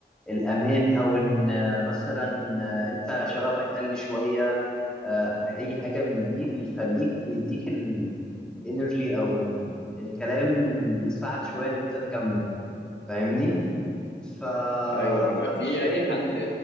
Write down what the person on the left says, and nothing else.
ايوه بيبقى
فيه
يعني حد